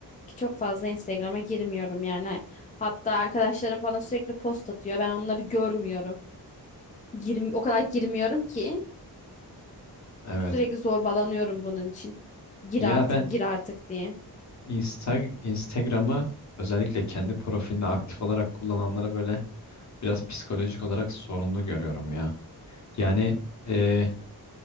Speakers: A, on the left (about 20°); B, on the left (about 45°).
A: Ki çok fazla Instagram'a girmiyorum yani. Hatta arkadaşlarım bana sürekli post atıyor. Ben onları görmüyorum. Girim, o kadar girmiyorum ki
B: Evet.
A: sürekli zorbalanıyorum bunun için. Gir
B: Ya
A: artık,
B: ben
A: gir artık diye.
B: Insta Instagram'ı özellikle kendi profilinde aktif olarak kullananlara böyle biraz psikolojik olarak sorunlu görüyorum ya. Yani e,